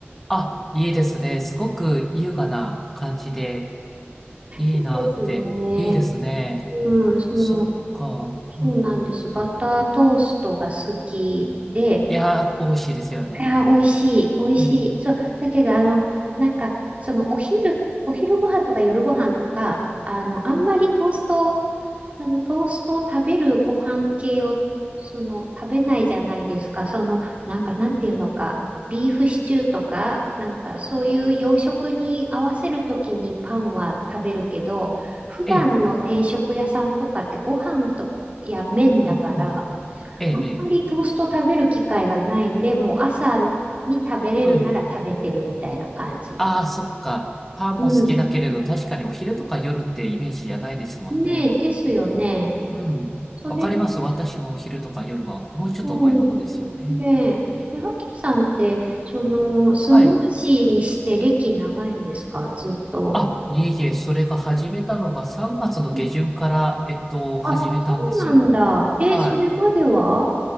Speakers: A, in the centre; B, on the right (about 35°).
A: あ、いいですね。すごく優雅な感じで、いいなって。
B: そうですね。
A: いいですね。
B: うん、その、
A: そっか。うん、
B: そうなんです。バタートーストが好きで、
A: いやー、美味しいですよね。
B: いや、美味しい、美味しい。
A: うん、うん。
B: そう、だけど、あの、なんか、その、お昼、お昼ご飯とか夜ご飯とか、あの、あんまりトーストあの、トーストを食べるご飯系を、その、食べないじゃないですか。その、なんか、なんていうのか、ビーフシチューとか、なんか、そういう洋食に合わせるときにパンは食べるけど、普段の定食屋さんとかってご飯とや麺だから、
A: ええ、うん、うん。ええ、ええ、
B: あんまりトースト食べる機会がないんで、もう朝に食べれるなら食べてるみたいな感じです。
A: うん。ああ、そっか。パンも好きだけれど、
B: うん。
A: 確かにお昼とか夜ってイメージじゃないですもんね。
B: ねえ、ですよね。
A: うん。
B: それ
A: わかります。私もお昼とか夜はもうちょっと重いものですよね。
B: うん。ねえ。え、アキさんって、その、スムージーにして歴長いんですかずっと。
A: はい。あ、いえいえ、それが始めたのが3月の下旬から、
B: うん
A: えっと、
B: あ、
A: 始めたんです。
B: そうなんだ。え、
A: はい。
B: それまでは